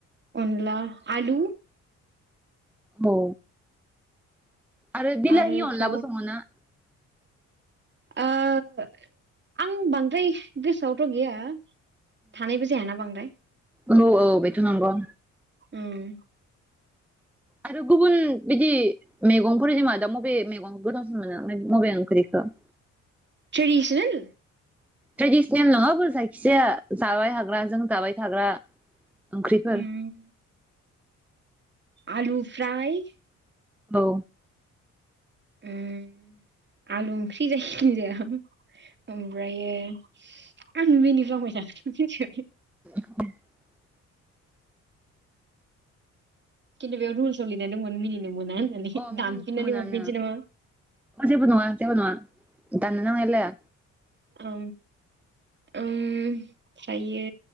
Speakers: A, on the right; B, in the centre.
A: अनला आलु
B: औ आरो बिलाहि
A: आरोथ'
B: अनलाबो सङोना?
A: ओ आं बांद्राय गोसोआवथ' गैया। थानायबो जायाना बांद्राय
B: ओम औ औ बेथ' नंगौ
A: ओम
B: आरो गुबुन बिदि मैगंफोर जेनेबा दा मबे मैगं गोथावसिन मोनो मबे ओंख्रिखौ <unintelligible>
A: ट्रेडिसनेल
B: ट्रेडिसनेल नङाबो जायखिजाया जाबाय हाग्राजों जाबाय थाग्रा। ओंख्रिफोर
A: उम आलु फ्राय
B: औ
A: ओम आलु ओंख्रि जायखिजाया ओमफ्रायो आं मिनिग्लांबाय थागोन मिथिबाय
B: <unintelligible>
A: खिन्थु बेयाव रुलसाव लिरनाय दंमोन मिनिनो मोना होननानै
B: अ मिनिनोथ'
A: दानफिननानै
B: मोनानो
A: हरफिननोसै नामा?
B: अ जेबो नङा जेबो नङा दानो नांलायलाया।
A: औ ओमफ्रायो